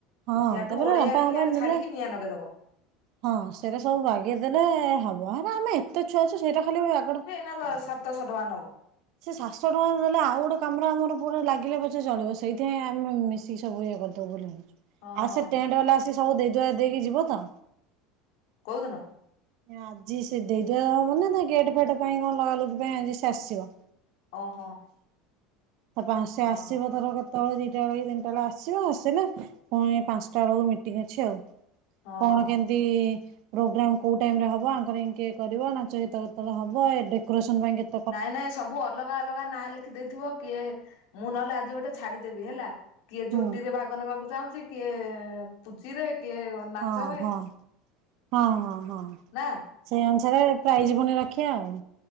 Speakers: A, on the right (about 65°); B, on the left (about 70°).
A: ହଁ
B: ସିଆଡୁ
A: ତାପରେ
B: ଓଳେଇ
A: ରମ୍ପା
B: ଆଣିକି
A: ଫମ୍ପା
B: ଇଆଡୁ
A: ନେଲେ
B: ଛାଡିକି ନିଆଁ ଲଗେଇଦବ।
A: ହଁ ସେଇଟା ସବୁ ବାଗେଇଦେଲେ ହବ ହେଟା ଆମେ ଏତେ ଛୁଆ ଅଛୁ ସେଇଟା ଖାଲି ଆଗଟା
B: ନ ସାତଶହ ଟଙ୍କା ନବ।
A: ସେ ସାତଶହ ଟଙ୍କା ଦେଲେ ଆଉ ଗୋଟେ କାମରେ ଆମର ପୁରା ଲାଗିଲେ ପଛେ ଚଳିବ ସେଇଥିପାଇଁ ଆମେ ମି ସବୁ ଇଏ କରିଦବୁ ବୋଲି ଭାବଛୁ
B: ହଁ
A: ଆଉ ସେ ଟେଣ୍ଟ ବାଲା ଆସି ସବୁ ଦେଇଦୁଆ ଦେଇକି ଯିବ ତ
B: କୋଉ ଦିନ?
A: ଆଜି ସେ ଦେଇ ଦୁଆ ହବ ନା ନାଇ ଗେଟ ଫେଟ ପାଇଁ କଣ ଲଗାଲଗି ପାଇଁ ଆଜି ସେ ଆସିବ।
B: ଓହୋ।
A: <unintelligible> ଆସେ
B: ହଁ
A: ଅସିବ ତଳେ ଦୁଇଟା ବେଳ କି ତିନିଟା ବେଳ ଆସିବ ଆସିଲେ ପୁଣି ପାଞ୍ଚଟା ବେଳକୁ ମିଟିଂ ଅଛି ଆଉ
B: ହଁ।
A: କଣ କେମତି ପ୍ରୋଗ୍ରାମ? କୋଉଁ ଟାଇମରେ ହେବ ଆଙ୍କରିଙ୍ଗ କିଏ କରିବ ନାଚ ଗୀତ କେତେତେଳେ ହେବ ଏ ଡେକୋରେସନ୍ ପାଇଁ କେତ
B: ନାଇଁ ନାଇଁ ସବୁ ଅଲଗ ଅଲଗା ଅଲଗା ନାଁ ଲେଖି ଦେଇଥିବ କିଏ ମୁଁ ନହେଲେ ଆଜି ଗୋଟେ ଛାଡିଦେବି ହେଲା। କିଏ ଝୋଟିରେ
A: ହୁଁ
B: ଭାଗ ନେବାକୁ ଚାହୁଁଛି କିଏ ପୁଚିରେ କିଏ ନାଚରେ
A: ହଁ ହଁ ହଁ ହଁ ହଁ।
B: ନା।
A: ସେଇ ଅନୁସାରେ ପ୍ରାଇଜ ପୁଣି ରଖିବା ଆଉ।